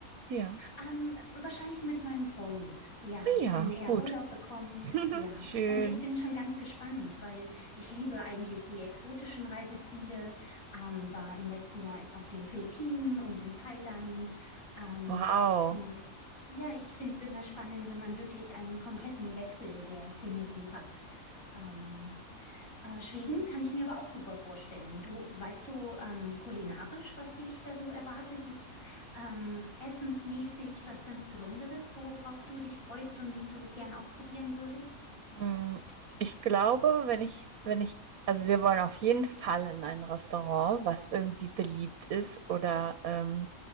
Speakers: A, on the right; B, on the left.
A: Ja.
B: Ähm, wahrscheinlich mit meinem Freund, ja,
A: Ah Ja,
B: wenn er
A: gut.
B: Urlaub bekommt,
A: <laughs>
B: ja.
A: Schön.
B: Und ich bin schon ganz gespannt, weil ich liebe eigentlich die exotischen Reiseziele. Ähm, war im letzten Jahr auf den Philippinen und in Thailand. Ähm,
A: Wow.
B: ich finde, ja, ich finde es immer spannend, wenn man wirklich einen kompletten Wechsel der Szenerie hat. Ähm, äh, Schweden kann ich mir aber auch super vorstellen. Du, weißt du ähm, kulinarisch, was dich da so erwartet? Gibt's ähm, essensmäßig was ganz Besonderes, worauf du dich freust und du gern ausprobieren würdest?
A: Mm, Ich glaube, wenn ich, wenn ich, also wir wollen auf jeden Fall in ein Restaurant, was irgendwie beliebt ist oder ähm,